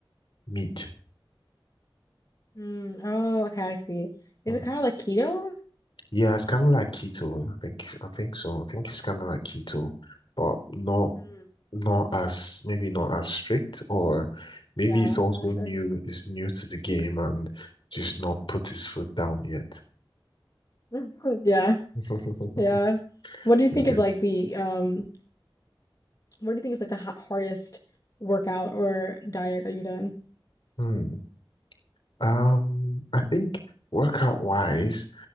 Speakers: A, on the left; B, on the left.
A: meat.
B: Mm. Oh, okay, I see. Is
A: Mm.
B: it kind of like keto?
A: Yeah, it's kind of like keto. I think I think so. I think it's kind of like keto, but not
B: Mm.
A: not as maybe not as strict, or maybe
B: Yeah,
A: it's also
B: not sure.
A: new, is new to the game and just not put his foot down yet.
B: <laughs> Yeah,
A: <laughs>
B: yeah. What do you think
A: Yeah.
B: is like the um what do you think is like the ha hardest workout or diet that you've done?
A: Hmm. Um, I think workout wise,